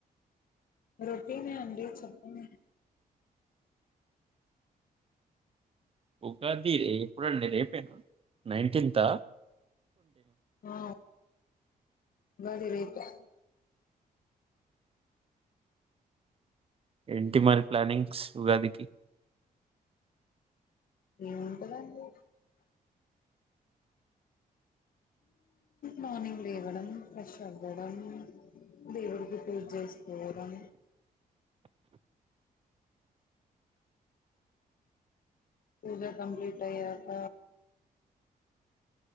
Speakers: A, on the left (about 65°); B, on the right (about 35°).
A: రొటీన్ అండి చెప్పాలి
B: ఉగాది రే ఎప్పుడండి రేపేనా నైన్టీన్ తా
A: ఆ ఉగాది రేపే
B: ఏంటి మరి ప్లానింగ్స్ ఉగాదికి
A: ఏముంటదండి మార్నింగ్ లేవడం ఫ్రెష్ అవ్వడం దేవుడికి పూజ చేసుకోవడం పూజా కంప్లీట్ అయ్యాక